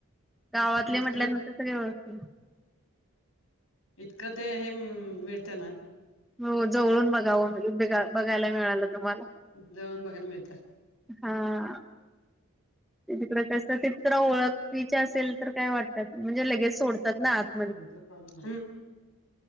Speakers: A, in the centre; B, on the left (about 65°).
A: गावातले
B: इतकं
A: म्हटल्यानंतर सगळे व्यवस्थ
B: इतकं ते हे मिळते ना
A: हो जवळून बघाव बघायला मिळालं तुम्हाला
B: जवळून बघाय मिळत.
A: हा तिकडे कस तित ओळखच असेल तर काय वाटत. म्हणजे लगेच सोडतात ना आत
B: कोचर काढ <inaudible>